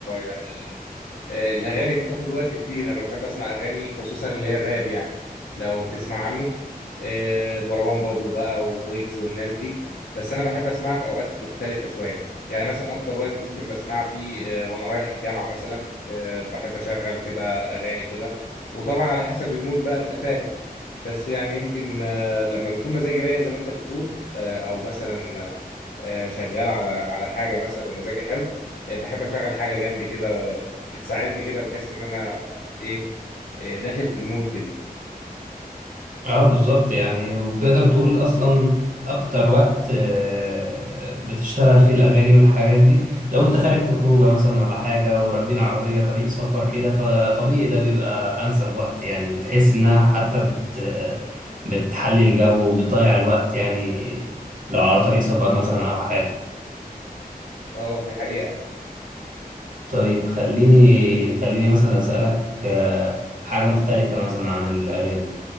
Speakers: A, on the left (about 80°); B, on the right (about 60°).
A: يعني آه، الاغاني دي بتاخد وقت كبير انا بحب اسمع اغاني خصوصا اللي هي الراب يعني لو تسمع عنه آه، مروان بابلو بقى وويجز والناس دي بس انا بحب اسمعها في اوقات مختلفه شويه يعني مثلا اكتر وقت ممكن بسمعها فيه آه، وانا رايح الجامعه مثلا آه، بحب اشغل كده اغاني كده وطبعا على حسب المود بقى انت فاهم بس يعني يمكن آه، لما بيكون مزاجي رايق زي ما انت بتقول آه، او مثلا آه، شغال على على حاجه مثلا ومزاجي حلو آه، بحب اشغل حاجه جنبي كده بتساعدني كده بحس ان انا ايه آه، داخل في المود كده
B: اه بالظبط يعني وتقدر تقول اصلا اكتر وقت آه، بتشتغل فيه الاغاني والحاجات دي لو انت خارج في خروجه مثلا ولا حاجه وراكبين عربيه طريق سفر كده فطبيعي ده بيبقى انسب وقت يعني تحس انها حتى بت بتحلي الجو وبتضيع الوقت يعني لو على طريق سفر مثلا او حاجه
A: اه دي حقيقه
B: طيب خليني خليني مثلا اسالك آه، حاجه مختلفه مثلا عن الاغاني